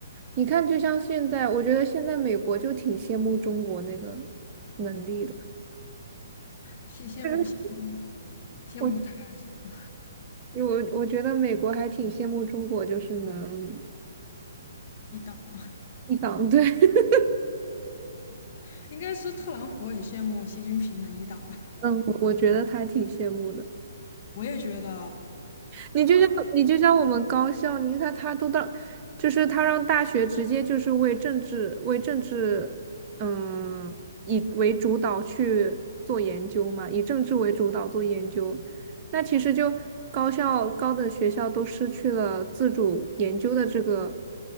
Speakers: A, on the right (about 30°); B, on the left (about 45°).
A: 你看，就像现在，我觉得现在美国就挺羡慕中国那个能力的。
B: 羡羡慕羡慕
A: <laughs>
B: 羡慕他什么
A: 我我我觉得美国还挺羡慕中国，就是能
B: 一党吗？
A: 一党对，<laughs>
B: <laughs> 应该是特朗普很羡慕习近平能一党吧？
A: 嗯，我我觉得他挺羡慕的。
B: 我也觉得，
A: 你就像你就像我们高校，
B: 或者
A: 你看他都到，就是他让大学直接就是为政治为政治，嗯，以为主导去做研究嘛，以政治为主导做研究，那其实就高校高等学校都失去了自主研究的这个，